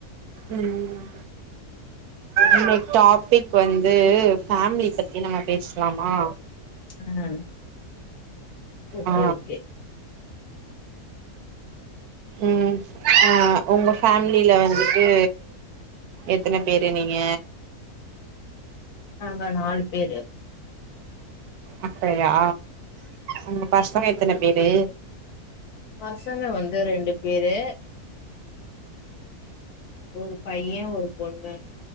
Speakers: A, on the right; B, on the left.
A: ம் இன்னைக் டாபிக் வந்து ஃபேமிலி பத்தி நம்ம பேசலாமா
B: ம் ஓகே
A: ஆ
B: ஓகே
A: ம் ஆ உங்க ஃபேமிலில வந்துட்டு எத்தன பேரு நீங்க
B: நாங்க நாலு பேரு
A: அப்பயா உங்க பசங்க எத்தன பேரு
B: பசங்க வந்து ரெண்டு பேரு ஒரு பைய ஒரு பொண்ணு